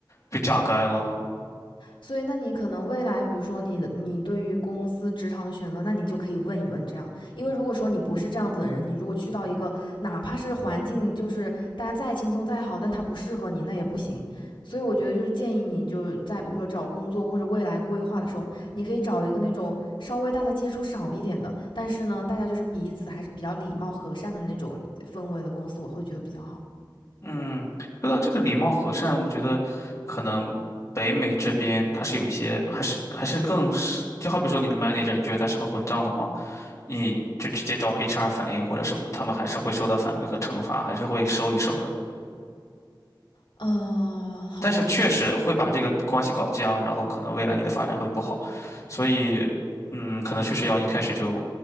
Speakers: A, on the left; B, on the left.
A: 被榨干了。
B: 所以，那你可能未来，比如说你的你对于公司职场的选择，那你就可以问一问这样，因为如果说你不是这样子的人，你如果去到一个哪怕是环境就是大家再轻松再好，那它不适合你，那也不行。所以我觉得就是建议你就在比如说找工作或者未来规划的时候，你可以找一个那种稍微大家接触少一点的，但是呢，大家就是彼此还是比较礼貌和善的那种氛围的公司，我会觉得比较好。
A: 嗯，说到这个礼貌和善，我觉得可能北美这边它是有一些，还是还是更是，就好比说你的 manager，你觉得他是个混账的话，你就直接找 HR 反映或者什么，他们还是会收到反馈和惩罚，还是会收一收的。
B: 嗯，好问题。
A: 但是确实会把这个关系搞僵，然后可能未来你的发展会不好，所以，嗯，可能确实要一开始就